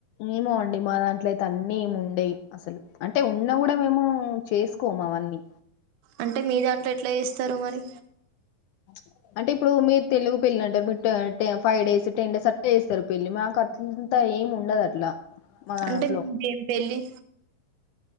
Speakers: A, on the left (about 75°); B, on the right (about 70°).
A: ఏమో అండి మా దాంట్ల అయితే అన్నీ ఏమం ఉండయి అసలు అంటే ఉన్న కూడా మేము చేస్ కోమవన్నీ
B: అంటే మీ దాంట్లో ఎట్ల చేస్తారు మరి
A: ప్చ్ అంటే ఇప్పుడు మీరు తెలుగు పెళ్ళి అంటే మీరు ట టె ఫైవ్ డేస్ టెన్ డేస్ అట్నే చేస్తరు పెళ్ళి మాకు అంట్త ఏం ఉండదు అట్లా. మా దాంట్లో
B: అంటే మీదేం పెళ్ళి?